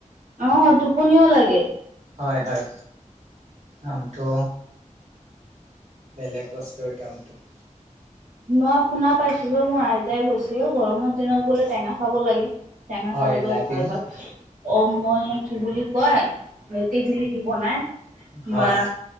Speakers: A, on the right; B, on the right.
A: অ', টোপনিও লাগে।
B: হয়, হয়। আমটো, বেলেগ বস্তুৰ আমটো।
A: মই শুনা পাইছিলো, মোৰ আইতাই কৈছিল, গৰমৰ দিনত বোলে টেঙা খাব লাগে। টেঙা
B: হয়
A: খালে বোলে
B: লাগে
A: ভাল হয়। অ মই কি বুলি কয় তেতিলি দি বনাই।
B: হয়
A: বা